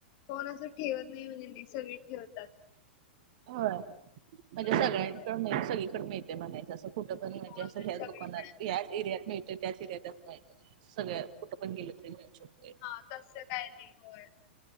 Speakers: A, on the left; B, on the right.
A: कोण अस ठेवत नाही. म्हणेली सगळी ठेवतात.
B: होय. म्हणजे
A: होय
B: सगळ्यांकड
A: होय.
B: मिळ, सगळीकडे मिळतय म्हणायचं, असं. कुठं पण? म्हणजे
A: होय
B: असं,
A: होय
B: ह्याच
A: सगळीकडे
B: दुकानात, ह्याच
A: मिळते
B: एरिया मिळतय. त्याच एरियात असं, काही नाही. सगळ्या, कुठं पण गेलं, तरी मिळू शकतय.
A: हा, तसं काय नाही. होय.